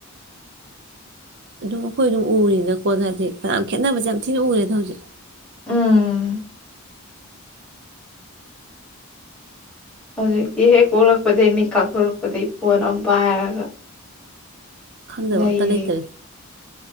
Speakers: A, on the right (about 50°); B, in the centre.
A: ꯑꯗꯨꯝ ꯑꯩꯈꯣꯏ ꯑꯗꯨꯝ ꯎꯔꯤꯅꯤꯅꯀꯣ ꯍꯥꯏꯗꯤ ꯐꯅꯌꯥꯝ ꯈꯦꯠꯅꯕꯁꯦ ꯌꯥꯝ ꯊꯤꯅ ꯎꯔꯦꯗ ꯍꯧꯖꯤꯛ
B: ꯎꯝ ꯍꯧꯖꯤꯛꯇꯤ ꯍꯦꯛ ꯄꯣꯛꯂꯛꯄꯗꯩ ꯃꯤꯠ ꯀꯥꯛꯊꯣꯔꯛꯄꯗꯩ ꯐꯣꯟ ꯑꯝ ꯄꯥꯏꯔꯒ
A: ꯈꯪꯗꯕ
B: ꯂꯩꯔꯤ
A: ꯑꯝꯇ ꯂꯩꯇ꯭ꯔꯦ